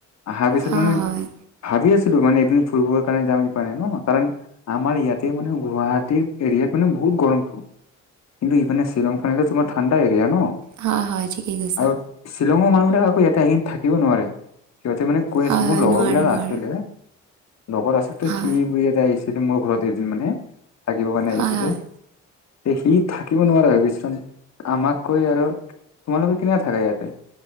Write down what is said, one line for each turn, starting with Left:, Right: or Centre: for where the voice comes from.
Left: অহাৰ পিছত
Right: হয়
Left: মানে
Right: হয়
Left: ভাবি আছো তো মানে এদিন ফুৰিবৰ কাৰণে যাম হেই কাৰণে ন' কাৰণ আমাৰ ইয়াতে মানে গুৱাহাটীৰ এৰিয়াত মানে বহুত খুব গৰমটো কিন্তু এইফালে শ্বিলং ফালেটো তোমাৰ ঠাণ্ডা এৰিয়া ন।
Right: হয় হয় ঠিকেই কৈছা
Left: আৰু শ্বিলঙৰ মানুহবিলাক আকৌ ইয়াতে এদিন থাকিব নোৱাৰে সিহঁতে মানে কৈ
Right: হয়
Left: আছে
Right: হয়
Left: মোৰ লগৰবিলাক
Right: নোৱাৰে নোৱাৰে
Left: আছিলে। লগত আছিল তো
Right: হয়
Left: সি ব এটা আহিছে দে মোৰ ঘৰত এদিন মানে থাকিব কাৰণে
Right: হয়
Left: আহিছে দে
Right: হয়
Left: তে সি থাকিব নোৱাৰা হৈ গৈছে আমাক কৈ আৰু তোমালোকে কেনে থাকে ইয়াতে